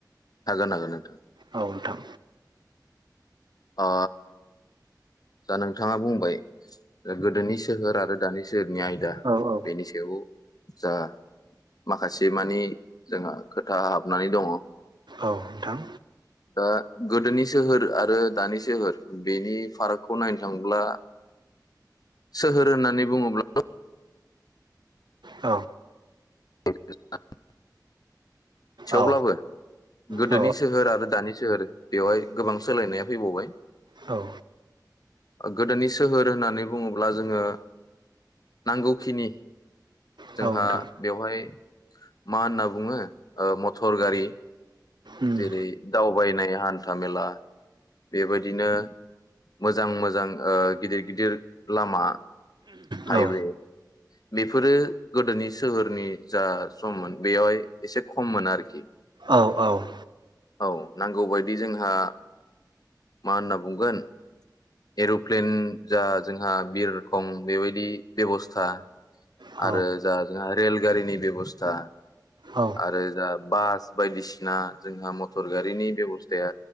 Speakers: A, on the left; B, on the right.
A: हागोन हागोन नोंथां
B: औ नोंथां
A: ओ दा नोंथाङा बुंबाय ओ गोदोनि सोहोर आरो दानि सोहोरनि आयदा
B: औ औ
A: बेनि सायाव जा माखासे मानि जोंहा खोथा हाबनानै दङ
B: औ नोंथां
A: दा गोदोनि सोहोर आरो दानि सोहोर बेनि फाराग खौ नायनो थांब्ला सोहोर होननानै बुङोब्ला
B: औ
A: <unintelligible> थेवब्लाबो
B: औ
A: गोदोनि
B: औ
A: सोहोर आरो दानि सो होर बेवहाय गोबां सोलायनाया फैबावबाय।
B: औ
A: ओ गोदोनि सोहोर होननानै बुङोब्ला जोंङो नांगौखिनि
B: औ
A: जोंहा
B: नोंथां
A: बेवहाय मा होनना बुङो ओ मटर गारि
B: उम
A: जेरै दावबायनाय हा न्थामेला बेबायदिनो मोजां मोजां ओ गिदिर-गिदिर लामा हाइवे
B: औ
A: बेफोरो गोदोनि सोहोरनि जा सममोन बेयावहाय एसे खममोन आरोखि।
B: औ औ
A: औ नांगौबायदि जोंहा मा होनना बुंगोन एर'प्लेन जा जोंहा बिरखं बेबायदि बेबस्था
B: औ
A: आरो जाहाज जोंहाय रेलगारिनि बेब'स्था
B: औ
A: आरो जा बास बायदिसिना जोंहा मटर गारिनि बेब'स्थाया